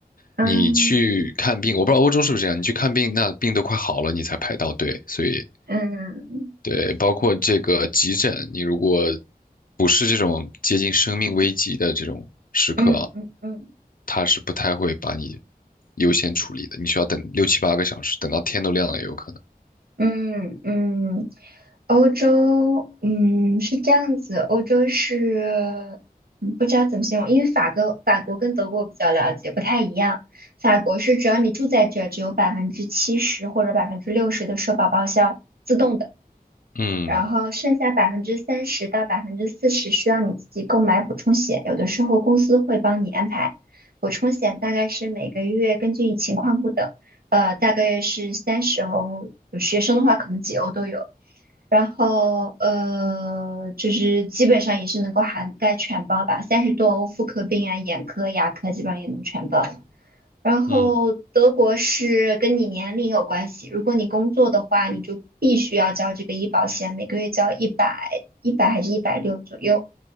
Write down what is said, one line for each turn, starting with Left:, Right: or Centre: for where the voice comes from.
Right: 嗯
Left: 你去看病，我不知道欧洲是不是这样，你去看病，那病都快好了，你才排到队，所以
Right: 嗯
Left: 对，包括这个急诊，你如果不是这种接近生命危急的这种时刻啊，
Right: 嗯嗯嗯
Left: 他是不太会把你优先处理的，你需要等六七八个小时，等到天都亮了也有可能。
Right: 嗯嗯，欧洲，嗯，是这样子，欧洲是，嗯不知道怎么形容，因为法国法国跟德国我比较了解，不太一样。法国是只要你住在这儿，只有百分之七十或者百分之六十的社保报销，自动的。
Left: 嗯
Right: 然后剩下百分之三十到百分之四十需要你自己购买补充险，有的时候公司会帮你安排。补充险大概是每个月根据情况不等，呃，大概是三十欧，有学生的话可能几欧都有。然后呃，就是基本上也是能够涵盖全包吧，三十多欧妇科病啊、眼科、牙科基本上也能全包。然后德国是跟你年龄有关系，
Left: 嗯
Right: 如果你工作的话，你就必须要交这个医保险，每个月交一百一百还是一百六左右。